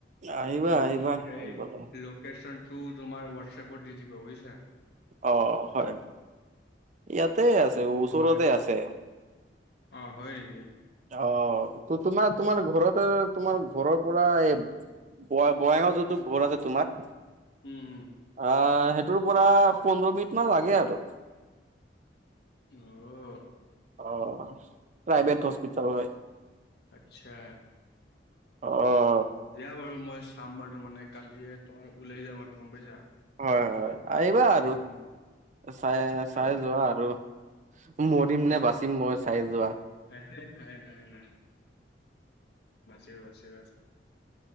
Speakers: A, on the right (about 40°); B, on the left (about 65°).
A: আহিবা
B: তুমি
A: আহিবা
B: মোক হেই
A: আহিবলৈ
B: ল লোকেশ্যনটো তোমাৰ হোৱাটছএপত দি দিব বুজিছা।
A: অ', হয় ইয়াতে আছ তো, ওচৰতে
B: মই
A: আছে।
B: অ' হয় নেকি?
A: অ', ত- তোমাৰ তোমাৰ ঘৰতে তোমাৰ ঘৰৰ পৰা এ তোমাৰ বঙইগাঁও যোনটো ঘৰ আছে তোমাৰ।
B: উম', উম'।
A: আ', সেইটোৰ পৰা পোন্ধৰ মিনিট মান লাগে আৰু।
B: অ'।
A: অ', প্ৰাইভেট হস্পিটল হয়
B: আচ্ছা।
A: অ'।
B: দিয়া বাৰু মই চাম বাৰু, মানে কালিয়ে <unintelligible> ওলাই যাম আৰু গম পাইছা।
A: হয়, হয়, আহিবা আৰু।
B: উম,
A: চাই,
B: সেইটোয়ে
A: চাই যোৱা আৰু মৰিম নে বাচিম মই চাই যোৱা।
B: হেয়, হেয় নাই নাই। বাছিবা, বাছিবা।